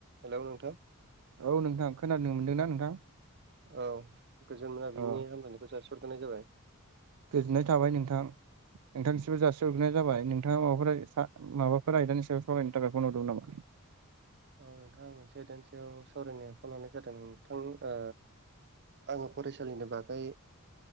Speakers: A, on the right (about 50°); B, on the right (about 85°).
A: Hello नोंथां
B: औ नोंथां खोनानो मोनदों ना नोंथां
A: औ गोजोन मोना बिनि
B: अ
A: हामलायनायखौ जासिहरग्रोनाय जाबाय
B: गोजोननाय थाबाय नोंथां नोंथांसिमबो जासिहरग्रोननाय जाबाय नों नोंथांङा माबाफोर माबाफोर आयदानि सायाव सावरायनो थाखाय फन हरदो मोन नामा?
A: औ नोंथां मोनसे आयदानि सायाव सावरायनो फन हरनाय जादोंमोन नोंथां आङो फरायसालिनि बागै